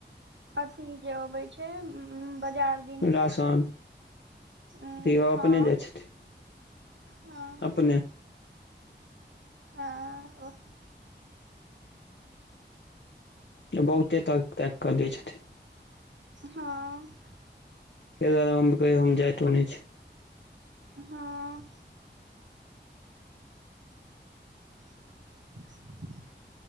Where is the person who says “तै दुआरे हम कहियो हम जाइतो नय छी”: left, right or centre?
Left